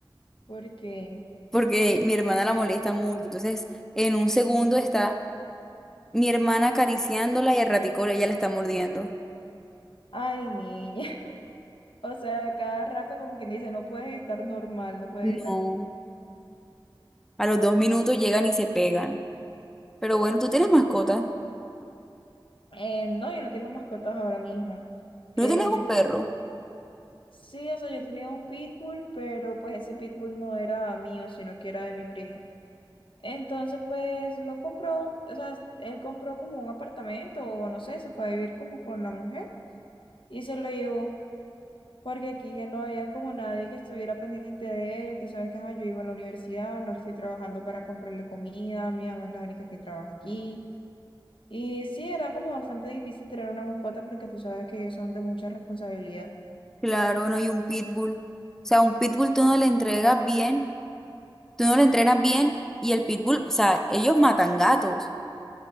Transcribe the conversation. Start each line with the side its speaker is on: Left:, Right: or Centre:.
Left: porque,
Centre: porque mi hermana la molesta mucho. Entonces, en un segundo está mi hermana acariciándola y al ratico ella la está mordiendo.
Left: ay, niña. <laughs> O sea, cada rato como quien dice, no pueden estar normal, no pueden
Centre: No,
Left: estar.
Centre: a los dos minutos llegan y se pegan. Pero bueno, tú tienes mascota.
Left: Eh, no, yo no tengo mascotas ahora mismo. Eh,
Centre: No tienes un
Left: yo te-
Centre: perro.
Left: Sí, o sea, yo tenía un pitbull, pero pues ese pitbull no era mío, sino que era de mi primo. Entonces, pues lo compró, o sea, él compró como un apartamento, o no sé, se fue a vivir como con la mujer y se lo llevó. Porque aquí ya no había como nadie que estuviera pendiente de él. Tú sabes que ajá, yo iba a la universidad, no estoy trabajando para comprarle comida, mi mamá es la única que trabaja aquí. Y sí, era como bastante difícil tener una mascota porque tú sabes que ellos son de mucha responsabilidad.
Centre: Claro, no, y un pitbull. O sea, un pitbull tú no le entregas bien, tú no le entrenas bien y el pitbull, o sea, ellos matan gatos.